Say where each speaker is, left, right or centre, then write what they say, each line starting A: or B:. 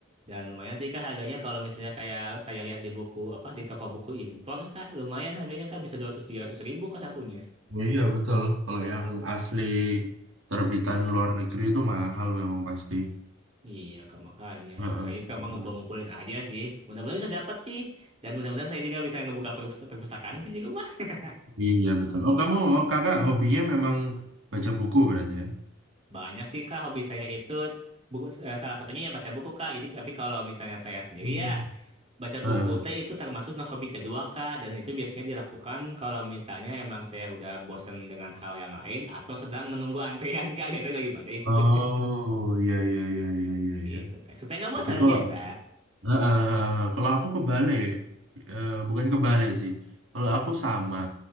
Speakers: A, on the right; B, on the right.
A: Dan lumayan sih Kak harganya kalau misalnya kayak saya lihat di buku apa di toko buku impor Kak, lumayan harganya Kak bisa dua ratus tiga ratus ribu Kak satunya.
B: Oh iya betul, kalau yang asli terbitan luar negeri itu mahal memang pasti.
A: Iya Kak makanya.
B: Heeh,
A: Sekarang sekarang
B: heeh.
A: mah ngumpul-ngumpulin aja sih. Mudah-mudahan bisa dapat sih. Dan mudah-mudahan saya juga bisa ngebuka perpust- perpustakaan mungkin di rumah. <laughs>
B: Iya betul. Oh kamu, oh, kakak hobinya memang baca buku berarti ya?
A: Banyak sih Kak hobi saya itu buku eh, salah satunya ya baca buku Kak. Jadi tapi kalau misalnya saya sendiri
B: Hmm.
A: ya Baca
B: Heeh.
A: buku teh itu termasuk nah, hobi kedua Kak dan itu biasanya dilakukan kalau misalnya emang saya udah bosen dengan hal yang lain atau sedang menunggu antrian Kak biasanya lagi baca di situ
B: Oh iya iya iya iya iya.
A: <laughs>
B: iya.
A: gitu Kak supaya nggak bosan
B: Oke kalau
A: biasa
B: heeh, heeh, heeh. kalau aku kebalik, Eh, bukan kebalik sih. Kalau aku sama,